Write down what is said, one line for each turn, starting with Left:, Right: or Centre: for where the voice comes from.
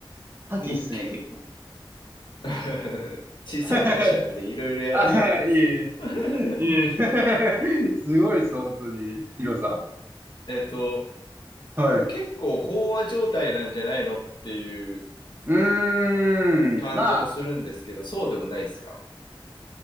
Right: 覇気っすね、
Left: もう結構
Right: 結構。
Left: <laughs> 小さい会社なんでいろいろやらされるんですよ。
Right: <laughs> あー、いえ
Left: <laughs>
Right: いえ。いえ。<laughs> すごいです、本当に、ヒロさ
Left: えっと、
Right: ん。はい。
Left: けど結構飽和状態なんじゃないのっていう
Right: うーん。
Left: 感じもするんですけど、
Right: まあ、
Left: そうでもないですか